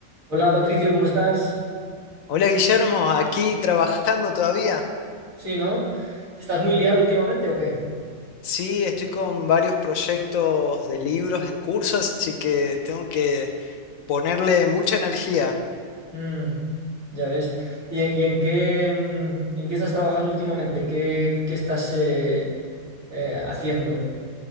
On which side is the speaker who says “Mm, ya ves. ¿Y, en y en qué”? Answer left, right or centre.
Right